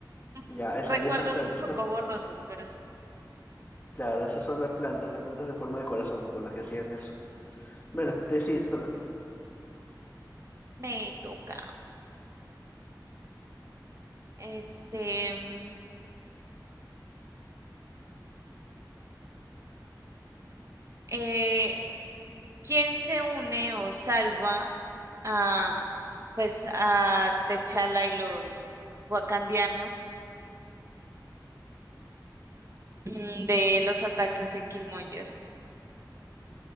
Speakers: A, on the right; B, on the left.
A: Un-
B: Ya, esas
A: Recuerdos
B: de esas plantas,
A: un poco
B: ¿no?
A: borrosos, pero sí.
B: Claro, esas son las plantas, las plantas en forma de corazón con las que hacían eso. Bueno, te, sí, te toca.
A: Me toca. Este, mm, eh, ¿Quién se une o salva a, pues, a T'Challa y los wakandianos mm, de los ataques de Killmonger?